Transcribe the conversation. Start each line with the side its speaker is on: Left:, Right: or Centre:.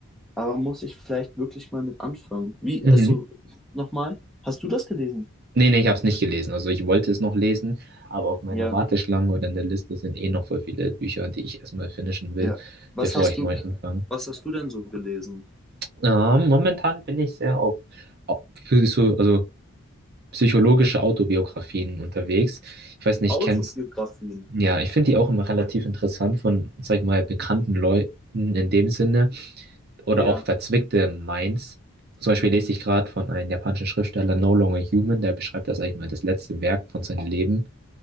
Centre: Aber muss ich vielleicht wirklich mal mit anfangen? Wie,
Right: Mhm.
Centre: also, nochmal? Hast du das gelesen?
Right: Nee, nee, ich habe es nicht gelesen. Also ich wollte es noch lesen, aber auf meiner
Centre: Ja.
Right: Warteschlange oder in der Liste sind eh noch voll viele Bücher, die ich erstmal finishen will,
Centre: Ja. Was
Right: bevor
Centre: hast
Right: ich
Centre: du,
Right: neu anfange.
Centre: was hast du denn so gelesen?
Right: Ähm, momentan bin ich sehr auf, auf so, also psychologische Autobiografien unterwegs. Ich weiß nicht,
Centre: Autobiografien.
Right: kennst, ja, ich finde die auch immer relativ interessant von, sag ich mal, bekannten Leuten in dem Sinne. oder
Centre: Ja.
Right: auch verzwickte Minds. Zum Beispiel lese ich gerade von einem japanischen Schriftsteller No Longer Human, der beschreibt das eigentlich mal das letzte Werk von seinem Leben.